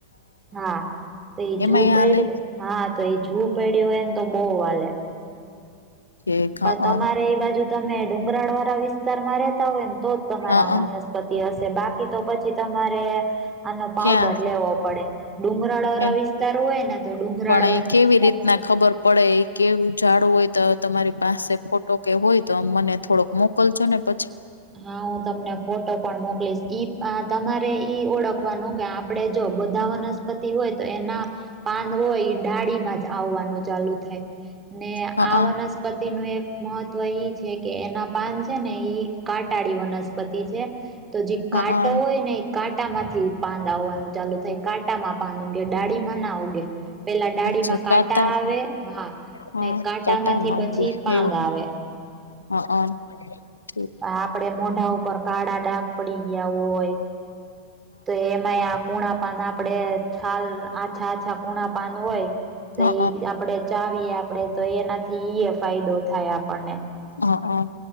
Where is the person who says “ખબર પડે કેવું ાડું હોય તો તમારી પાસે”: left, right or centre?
Left